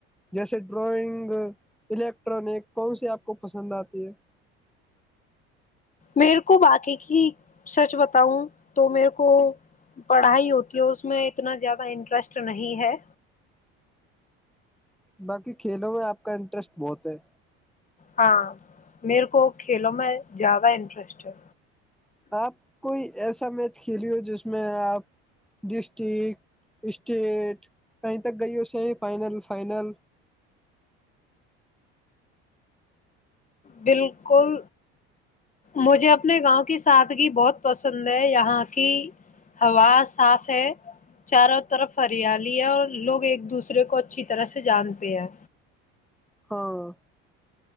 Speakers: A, in the centre; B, on the left (about 25°).
A: جیسے ڈرائنگ الیکٹرانک کون سی آپ کو پسند آتی ہے
B: میرے کو باقی کی سچ بتاؤں تو میرے کو پڑھائی ہوتی ہے اس میں اتنا زیادہ انٹرسٹ نہیں ہے
A: باقی کھیلوں میں آپ کا انٹرسٹ بہت ہے
B: ہاں میرے کو کھیلوں میں زیادہ انٹرسٹ ہے
A: آپ کوئی <inaudible> ایسا میچ کھیلی ہو جس میں آپ ڈسٹرک اسٹیٹ کہیں تک گئی ہو سیمی فائنل فائنل
B: بالکل مجھے اپنے گاؤں کی سادگی بہت پسند ہے یہاں کی ہوا صاف ہے چاروں طرف ہریالی ہے اور لوگ ایک دوسرے کو اچھی طرح سے جانتے ہیں
A: ہاں <inaudible>